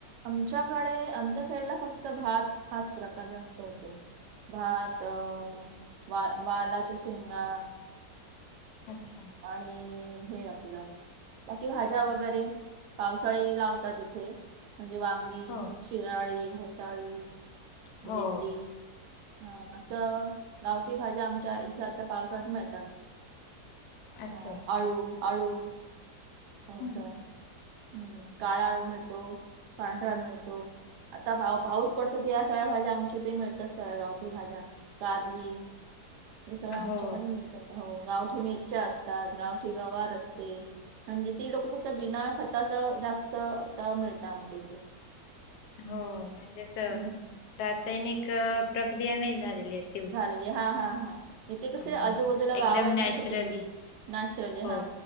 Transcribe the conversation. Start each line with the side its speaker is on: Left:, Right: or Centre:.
Right: आमच्याकडे, आमच्या साईडला फक्त भात हाच प्रकार जास्त होतो. भात वा वालाच्या शेंगा
Left: अच्छा.
Right: आणि हे आपलं बाकी भाज्या वगैरे पावसाळी लावतात इथे म्हणजे वां गी,
Left: हो.
Right: शिराळी, होसाळी, भेंडी.
Left: हो
Right: हा असं गावठी भाज्या आमच्या इथे आता पावसाळ्यात मिळतात. हा
Left: अच्छा अच्छा.
Right: अळु अळु असं.
Left: हम्म.
Right: हम्म काळा अळु मिळतो, पांढरा मिळतो आता पा पाऊस पडतो ते अ सगळ्या भाज्या मिळतात सगळ्या गावठी भाज्या कारली हे आमच्यात
Left: हो
Right: पण मिळतात हो गावठी मिरच्या असतात गावठी गवार असते. म्हणजे ती लोकं कसं बिना खताचं जास्त आता मिळतं आमच्या इथे.
Left: हो म्हणजे असं
Right: हम्म
Left: रासायनिक प्रक्रिया नाही झालेली अस
Right: झालेली हा हा हा इथे कसे
Left: हो.
Right: आजूबाजूला गावं
Left: एकदम
Right: आहेत
Left: नॅचरली
Right: ना छोटे छोट. नॅचरली
Left: हो
Right: हा